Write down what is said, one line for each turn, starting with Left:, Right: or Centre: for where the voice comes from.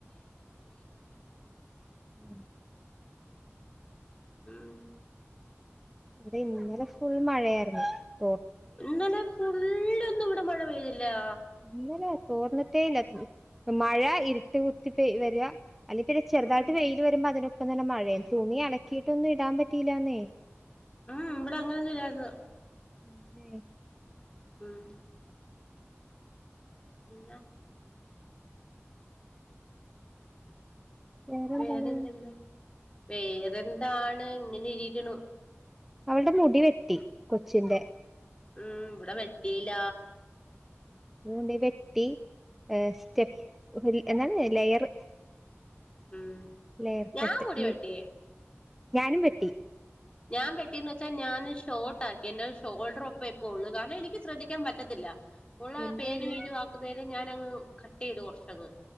Centre: മ്മ്
Left: മ്മ്
Centre: ഇവിടെ ഇന്നലെ ഫുൾ മഴയാ <unintelligible>
Left: ഇന്നലെ ഫുള്ളും ന്നും ഇവിടെ മഴ പെയ്തി ല്ലാ.
Centre: ഇന്നലെ തോർന്നിട്ടേ ഇല്ല മഴ ഇരുട്ട് കുത്തി പെയ വെര. അല്ലെങ്കി പിന്നെ ചെറ്തായിട്ട്
Left: ഉം
Centre: വെയില് വരുമ്പോ അതിനെ ഇപ്പ നല്ല മഴയും തുണി അലക്കിട്ടൊന്നും ഇടാൻ പറ്റീലാന്നേ.
Left: ഉം ഇവിടെ അങ്ങനൊന്നും ഇല്ലായിര്ന്ന്.
Centre: ആണല്ലേ
Left: ഉം. പിന്ന
Centre: വേറെന്താണ്
Left: വേറെന്ത്ണ്ട്. വേറെന്താണ് ഇങ്ങനെ ഇരികിണു.
Centre: അവള്ടെ മുടി വെട്ടി കൊച്ചിൻ്റെ.
Left: ഉം ഇവിടെ വെട്ടീല.
Centre: അതൊണ്ട് വെട്ടി എ സ്റ്റെപ്പ് എന്താണ് ലെയർ
Left: ഉം
Centre: ലെയർ
Left: ഞാൻ
Centre: കട്ട്
Left: മുടി
Centre: ഈ.
Left: വെട്ടി
Centre: <unintelligible> ഞാനും വെട്ടി.
Left: ഞാൻ വെട്ടിന്ന് വെച്ചാൽ ഞാന് ഷോർട്ട് ആക്കി എന്റെ ഒരു ഷോൾഡർ ഒപ്പം ഇപ്പള്ളൂ കാരണം എനിക്ക് ശ്രദ്ധിക്കാൻ പറ്റത്തില്ല. ഉള്ള
Centre: എന്റേത്
Left: പേനും ഈരും ആക്കുന്നേ ത് ഞാനങ്ങ് കട്ട് ചെയ്തു കുറച്ചങ്ങ്